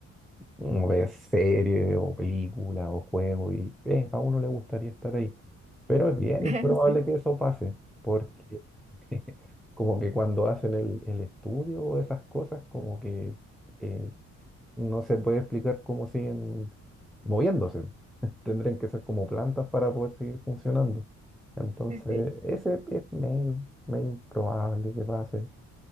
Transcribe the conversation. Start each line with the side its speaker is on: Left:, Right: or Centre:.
Centre: uno ve serie o película o juego y eh, a uno le gustaría estar ahí, pero es bien
Right: <laughs>
Centre: improbable
Right: Sí,
Centre: que eso pase, porque <laughs> como que cuando hacen el, el estudio o esas cosas, como que... eh, no se puede explicar cómo siguen moviéndose. <laughs> Tendrían que ser como plantas para poder seguir funcionando. Entonces,
Right: sí, sí, sí,
Centre: ese es medio, medio improbable que pase.